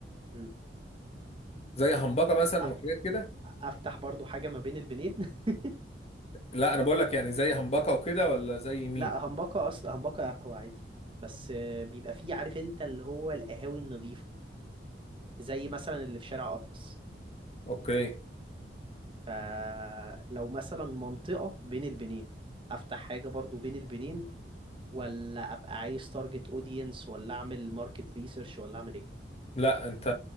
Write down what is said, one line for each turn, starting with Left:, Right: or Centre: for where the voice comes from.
Right: مم.
Left: زي همبكه مثلا
Right: أف-
Left: وحاجات كده
Right: افتح برضو حاجة ما بين البنين <laughs>
Left: لا انا بقول لك يعني زي همبكه وكده ولا زي مين
Right: لا همبكة اصلا همبكة قهوة عادي بس آه، بيبقى فيه عارف انت اللي هو القهاوي النظيفة زي مثلا اللي في شارع اطلس
Left: اوكي
Right: فلو مثلا منطقة بين البنين افتح حاجة برضو بين البنين ولا ابقى عايز تارجت اودينس ولا اعمل ماركت ريسيرش ولا اعمل ايه
Left: لا انت